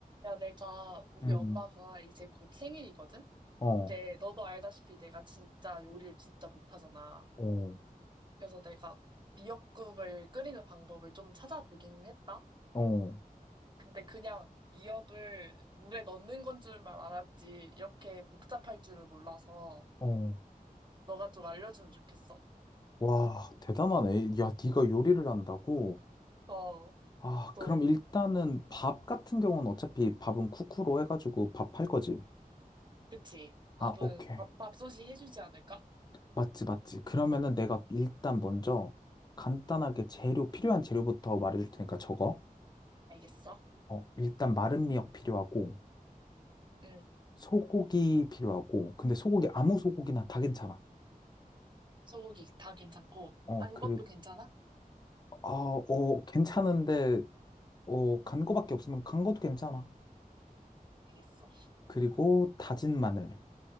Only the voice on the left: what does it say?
음,
어,
어,
어,
어.
와, 대단하네. 야, 네가 요리를 한다고?
아,
그럼 일단은 밥 같은 경우는 어차피 밥은 쿠쿠로 해가지고 밥 할 거지.
아, 오케이.
맞지, 맞지. 그러면은 내가
일단 먼저 간단하게 재료, 필요한 재료부터 말해줄 테니까 적어.
어, 일단 마른 미역 필요하고,
소고기 필요하고, 근데 소고기 아무 소고기나 다 괜찮아.
어,
그리고,
아, 어, 괜찮은데, 어, 간 거밖에 없으면 간 것도 괜찮아.
그리고 다진 마늘.